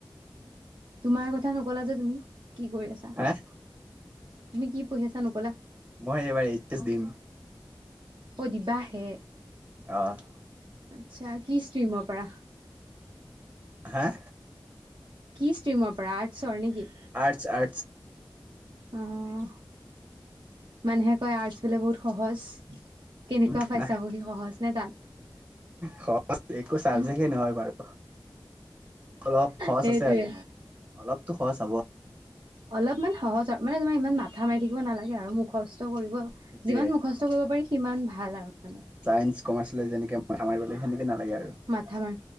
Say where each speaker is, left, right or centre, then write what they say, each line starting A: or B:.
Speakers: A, on the right (about 70°); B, on the right (about 25°).
A: তোমাৰ কথা নকলা যে তুমি, কি কৰি আছা?
B: হাঁ?
A: তুমি কি পঢ়ি আছা নকলা
B: মই এইবাৰ এইচ এছ দিম।
A: অ', দিবাহে
B: অ',
A: আচ্ছা কি ষ্ট্ৰিমৰ পাৰা?
B: হাঁ?
A: কি ষ্ট্ৰিমৰ পৰা আৰ্টছৰ নেকি?
B: Arts - arts.
A: অ', মানুহে কই আৰ্টছ বোলে বহুত সহজ। কেনেকুৱা
B: উম,
A: পাইছা
B: আ,
A: বহি সহজ নে টান
B: সহজ একো চাবজেক্টে
A: উম
B: নহয় বাৰু। অলপ খৰচ
A: সেইটোয়ে
B: আছে আৰু অলপতো খৰচ হব।
A: অলপমান সহজ আৰু মানে তোমাৰ ইমান মাত মাথা মাৰি থাকিব নালাগে আৰু মুখস্থ কৰিব
B: সেইটোয়ে
A: যিমান মুখস্থ কৰিব পাৰি সিমান ভাল আৰু মানে
B: ছাইন্স কমাৰ্চ লৈ যেনেকে মাথা মাৰিব লাগে সেনেকে নালাগে আৰু।
A: মাথা মাৰ